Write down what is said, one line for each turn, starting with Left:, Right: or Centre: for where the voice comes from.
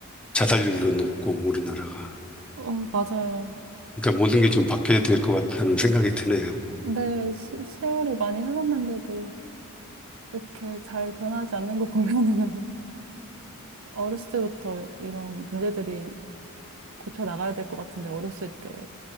Centre: 자살률도 높고 우리나라가.
Right: 어, 맞아요.
Centre: 그러니까 모든 게 좀 바뀌어야 될 것 같다는 생각이 드네요.
Right: 네, 시- 세월이 많이 흘렀는데도 이렇게 잘 변하지 않는 거 보면은 <laughs> 어렸을 때부터 이런 문제들이 고쳐 나가야 될 것 같은데 어렸을 때